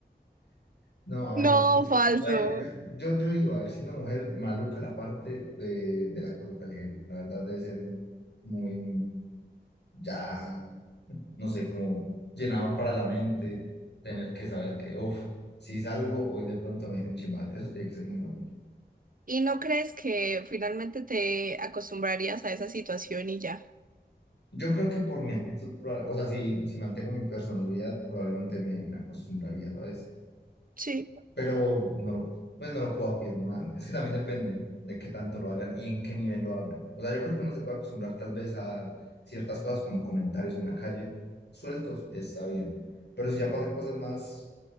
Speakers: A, on the left; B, on the right.
A: No, a ver,
B: No,
A: Sí.
B: falso.
A: a ver, yo, yo, yo digo, a ver, siendo mujer, maluca la parte de, de las cosas callejeras. La verdad debe ser muy, ya, no sé, como llenador para la mente, tener que saber que, uff, si salgo hoy de pronto me dicen chimbal, eso tiene que ser muy normal.
B: ¿Y no crees que finalmente te acostumbrarías a esa situación y ya?
A: Yo creo que por mi actitud, proba- o sea, si, si mantengo mi personalidad, probablemente me, me acostumbraría, ¿sabes?
B: Sí.
A: Pero no lo, pues no lo puedo afirmar. Es que también depende de qué tanto lo hagan y en qué nivel lo hagan. O sea, yo creo que uno se puede acostumbrar tal vez a ciertas cosas como comentarios en la calle, sueltos, está bien. Pero si ya pasan cosas más